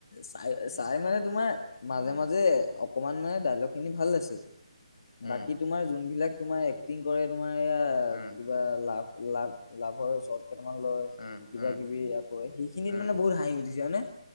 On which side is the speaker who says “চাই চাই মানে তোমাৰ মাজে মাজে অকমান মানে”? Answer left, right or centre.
Left